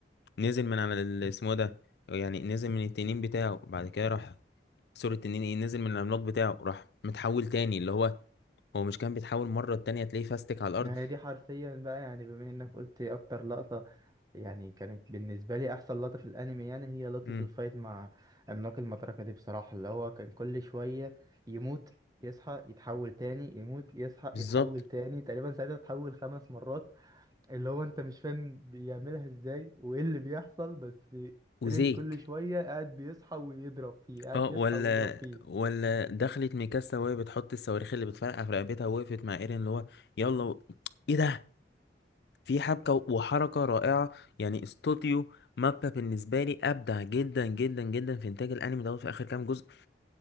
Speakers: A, on the left; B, on the right.
A: نزل من على ال- اسمه ده يعني نزل من التنين بتاعه بعد كده راح سوري التنين ايه نزل من العملاق بتاعه راح متحول تاني اللي هو هو مش كان بيتحول مره التانية تلاقيه فاستك على الارض
B: ما هي دي حرفيا بقى يعني بما انك قلت اكتر لقطة يعني كانت بالنسبة لي احسن لقطة في الانمي يعني هي لقطة
A: امم
B: الفايت مع عملاق المطرقة دي بصراحة اللي هو كان كل شوية يموت يصحى يتحول تاني يموت يصحى
A: بالظبط
B: يتحول تاني تقريبا ساعتها اتحول خمس مرات اللي هو انت مش فاهم بيعملها ازاي وايه اللي بيحصل بس
A: وزيك
B: رين كل شوية قاعد بيصحى ويضرب فيه قاعد
A: اه
B: بيصحى
A: ولا
B: ويضرب فيه
A: ولا دخلت ميكاسا وهي بتحط الصواريخ اللي بتفرقع في رقبتها ووقفت مع ايرين اللي هو يلا و... ايه ده في حبكة وحركة رائعة يعني استوديو مابا بالنسبة لي أبدع جدا جدا جدا في إنتاج الأنمي دوت في آخر كام جزء